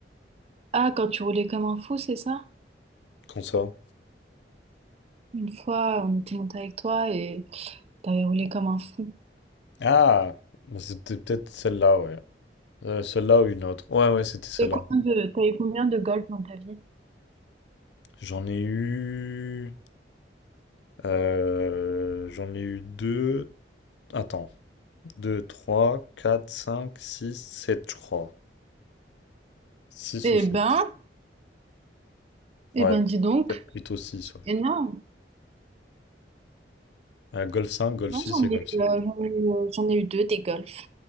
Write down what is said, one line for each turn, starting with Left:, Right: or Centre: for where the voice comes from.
Right: Ah, quand tu roulais comme un fou, c'est ça?
Left: Qu'on ça?
Right: Une fois, on était monté avec toi et... T'as roulé comme un fou.
Left: Ah! bah, C'était peut-être celle-là, ouais. Euh, celle-là ou une autre. Ouais, ouais, c'était celle-là.
Right: T'as eu combien de, t'as eu combien de golf dans ta vie?
Left: J'en ai eu... Euh, j'en ai eu deux. Attends. deux trois quatre cinq six sept je crois. six
Right: Eh
Left: ou sept
Right: ben, eh
Left: Ouais,
Right: ben, dis donc.
Left: plutôt six ouais.
Right: Énorme.
Left: Euh, Golf 5, Golf
Right: Moi,
Left: 6
Right: j'en
Left: et
Right: ai,
Left: Golf sept
Right: eu, euh, j'en ai, eu, euh, j'en ai eu deux des golfs.